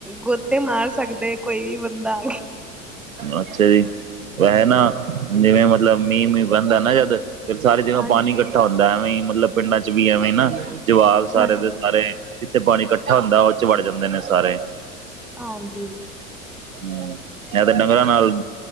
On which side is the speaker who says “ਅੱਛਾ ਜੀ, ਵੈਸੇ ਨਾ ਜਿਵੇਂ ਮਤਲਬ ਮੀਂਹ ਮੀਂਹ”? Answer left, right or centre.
Right